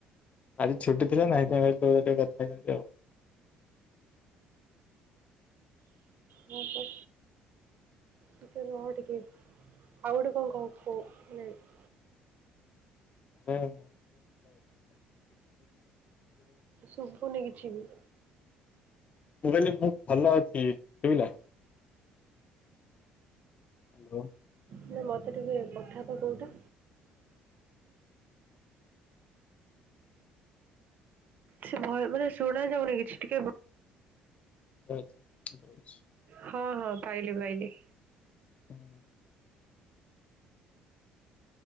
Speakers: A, on the left; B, on the right.
A: ଆଜି ଛୁଟି ଥିଲା ନାଇଁ ତ ତୋ ସହିତ କଥା ହେଇଥାନ୍ତି ଆଉ।
B: ହୁଁ ହୁଁ। ଟିକେ ରହ ଟିକେ ଆଉ ଗୋଟେ କଣ କହ <unintelligible>
A: ଏବେ <unintelligible>
B: ଶୁଭୁନି କିଛି ବି।
A: ମୁଁ କହିଲି ମୁଁ ଭଲ ଅଛି ଶୁଭିଲା। ହ୍ୟାଲୋ।
B: ନା ମୋତେ ଟିକେ ପଠା ତ କୋଉଟା। ସେ ଭଏ ମାନେ ଶୁଣାଯାଉନି କିଛି ଟିକେ
A: ଆଚ୍ଛା ଆଚ୍ଛା ଅଛି।
B: ହଁ ହଁ ପାଇଲି ପାଇଲି।
A: ହଁ